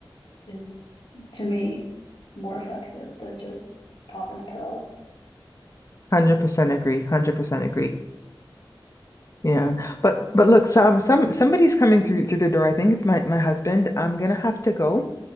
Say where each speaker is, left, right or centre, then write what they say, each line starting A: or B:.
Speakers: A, on the left (about 80°); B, on the left (about 40°).
A: is, to me, more effective than just popping a pill.
B: hundred percent agree, one hundred percent agree. Yeah, but but look, some some somebody's coming through through the door. I think it's my my husband. I'm gonna have to go.